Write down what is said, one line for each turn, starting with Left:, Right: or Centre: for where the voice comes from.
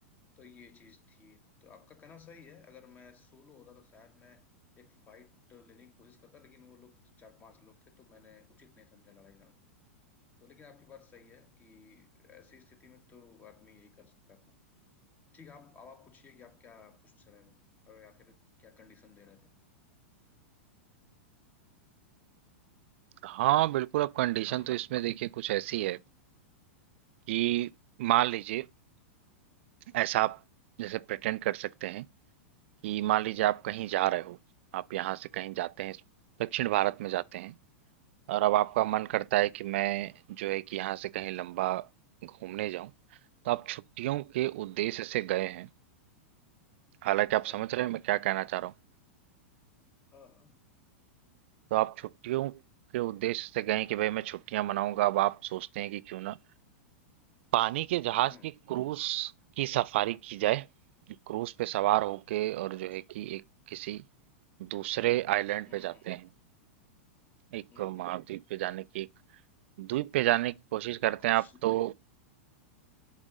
Left: तो ये चीज थी तो आपका कहना सही है अगर मैं सोलो होता तो शायद मैं एक फाइट लेने की कोशिश करता लेकिन वो लोग चार पांच लोग थे तो मैंने उचित नहीं समझा लड़ाई लड़ना तो लेकिन आपकी बात सही है कि ऐसी स्थिति में तो आदमी यही कर सकता था ठीक है आप अब आप पूछिए कि आप क्या पूछ रहे थे और या फिर क्या कंडीशन दे रहे थे
Right: हाँ बिल्कुल अब कंडीशन
Left: हम्म,
Right: तो इसमें देखिए कुछ ऐसी है कि मान लीजिए ऐसा आप जैसे प्रिटेंड कर सकते हैं कि मान लीजिए आप कहीं जा रहे हो आप यहाँ से कहीं जाते हैं दक्षिण भारत में जाते हैं और अब आपका मन करता है कि मैं जो है कि यहाँ से कहीं लंबा घूमने जाऊं तो आप छुट्टियों के उद्देश्य से गए हैं हालांकि आप
Left: हाँ
Right: समझ रहे हैं मैं क्या कहना चाह रहा हूँ
Left: हाँ हाँ
Right: तो आप छुट्टियों के उद्देश्य से गए हैं कि भाई मैं छुट्टियां मनाऊंगा अब आप सोचते हैं कि क्यों ना पानी के जहाज
Left: हम्म
Right: की क्रूज की सफारी की जाए क्रूज पे सवार होके और
Left: अच्छा
Right: जो है कि एक किसी दूसरे आइलैंड
Left: हम्म
Right: पे जाते
Left: हम्म
Right: हैं एक
Left: हम्म हम्म।
Right: महाद्वीप पे जाने की एक द्वीप पे जाने की कोशिश करते
Left: Cruise
Right: हैं आप
Left: ship
Right: तो